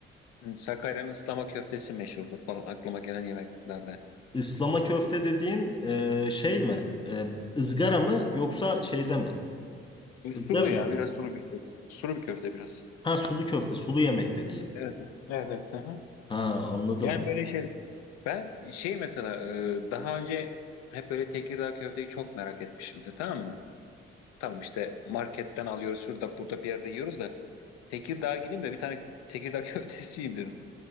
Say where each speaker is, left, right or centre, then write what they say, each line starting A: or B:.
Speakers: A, on the left; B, on the left.
A: hı, Sakarya'nın ıslama köftesi meşhurdur falan aklıma gelen yemeklerde.
B: Islama köfte dediğin e, şey mi? E, ızgara mı yoksa şeyde mi?
A: Bu Sulu
B: Izgarada
A: ya
B: mı?
A: biraz sulu bir köfte. Sulu bir köfte biraz.
B: Ha sulu köfte, sulu yemek dediğin.
A: Evet. Evet, evet. hı hı.
B: Ha anladım.
A: Yani böyle şey. Ben şey mesela e, daha önce hep böyle Tekirdağ köfteyi çok merak etmişimdir tamam mı? Tamam işte marketten alıyoruz şurada burada bir yerde yiyoruz da Tekirdağ'a gideyim de bir tane Tekirdağ <laughs> köftesi yiyeyim dedim.